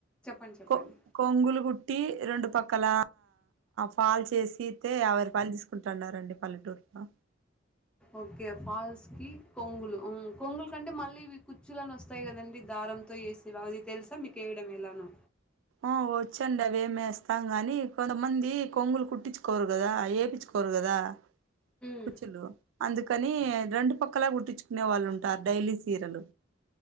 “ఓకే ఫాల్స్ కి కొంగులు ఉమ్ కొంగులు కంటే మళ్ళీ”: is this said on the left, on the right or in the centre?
Centre